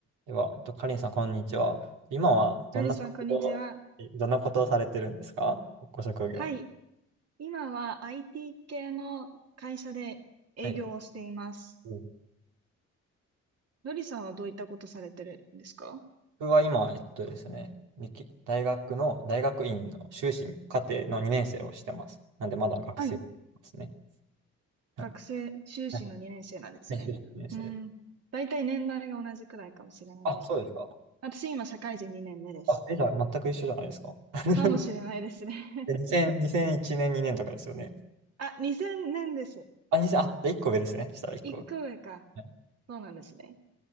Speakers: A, on the right; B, on the right.
A: では、えっと、カリンさん、こんにちは。今はどんなことを、
B: のりさん、こんにちは。
A: えどんなことをされてるんですかご職業。
B: はい。今は IT 系の会社で営業をしています。
A: はい。うん
B: のりさんはどういったことされてるんですか
A: 僕は今、えっとですね、歴大学の、大学院の修士課程の2年生をしてます。なんで、まだ学生ですね。
B: はい。
A: はい。
B: 学生、修士の2年生なんですね。
A: はいはい修士2年生で。
B: うん。大体年代が同じくらいかもしれないですね。
A: あ、そうですか。
B: 私、今、社会人2年目です。
A: あ、え、じゃあ、全く一緒じゃないですか。<laughs>
B: かもしれないですね。
A: え2000、2001年、2年とかですよね。
B: <laughs> あ、2000年です。
A: あ、2000、あ、じゃあ1個上ですね。したら1個上。
B: 1個上か。
A: はい。
B: そうなんですね。